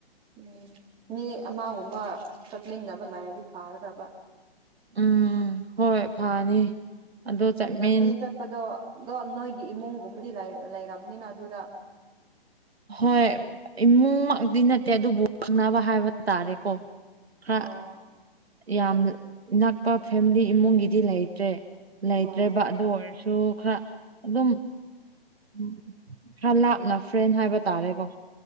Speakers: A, on the right (about 15°); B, on the right (about 80°).
A: ꯎꯝ ꯃꯤ ꯑꯃꯒꯨꯝꯕ ꯆꯠꯃꯤꯟꯅꯕ ꯂꯩꯔꯗꯤ ꯐꯒꯗꯕ
B: ꯎꯝ ꯍꯣꯏ ꯐꯅꯤ ꯑꯗꯣ ꯆꯠꯃꯤꯟ
A: ꯂꯝꯕꯤ ꯆꯠꯄꯗꯣ ꯗꯣ ꯅꯣꯏꯒꯤ ꯏꯃꯨꯡ ꯒꯨꯝꯕꯗꯤ ꯂꯩ ꯂꯩꯔꯝꯅꯤꯅ ꯑꯗꯨꯗ
B: ꯍꯣꯏ ꯏꯃꯨꯡꯃꯛꯇꯤ ꯅꯠꯇꯦ ꯑꯗꯨꯕꯨ ꯈꯪꯅꯕ ꯍꯥꯏꯕ ꯇꯥꯔꯦꯀꯣ ꯈꯔ
A: ꯑꯣ
B: ꯌꯥꯝ ꯅꯛꯄ ꯐꯦꯝꯂꯤ ꯏꯃꯨꯡꯒꯤꯗꯤ ꯂꯩꯇ꯭ꯔꯦ ꯂꯩꯇ꯭ꯔꯦꯕ
A: ꯑꯣ
B: ꯑꯗꯨ ꯑꯣꯏꯔꯁꯨ ꯈꯔ ꯑꯗꯨꯝ ꯎꯝ ꯈ꯭ꯔ ꯂꯥꯞꯅ ꯐ꯭ꯔꯦꯟ ꯍꯥꯏꯕ ꯇꯥꯔꯦꯀꯣ